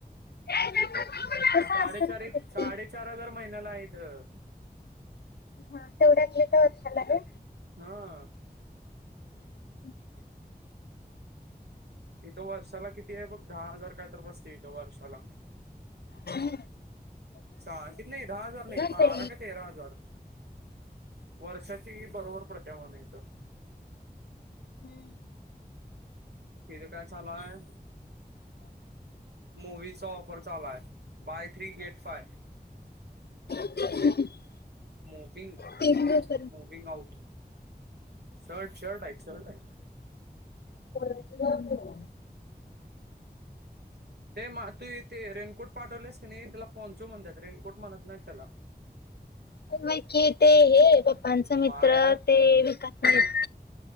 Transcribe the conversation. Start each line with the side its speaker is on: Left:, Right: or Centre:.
Left: ते
Right: हु. हू.
Left: सासरी
Right: साडेचारी
Left: किती
Right: साडेचार हजार महिन्याला आहे इथं.
Left: हा तेवढ्यातले तर वर्षाला आहे.
Right: हं...
Left: <unintelligible>
Right: इथं वर्षाला किती हाय बघ, दहा हजार काय तर बसत्या इथं वर्षाला.
Left: हो.
Right: सहा, किती नाही, दहा हजार नाही,
Left: ते
Right: बारा का तेरा हजार. वर्षाची बरोबर पडत्या म्हणं इथं.
Left: हुं...
Right: तिज काय चालू हाय. मोवीचा ऑफर चालू आहे, buy three get five.
Left: <inaudible>
Right: Mowing
Left: तीन लोक
Right: मोविंग आउट शर्ट, शर्ट हाय शर्ट हाय.
Left: <inaudible>
Right: ते तू ते रेनकोट पाठवलेस की नाही त्याला पाँचू म्हणतात रेनकोट म्हणत नाही त्याला.
Left: बाकी ते हे पप्पांच मित्र
Right: मायडा
Left: ते व <unintelligible>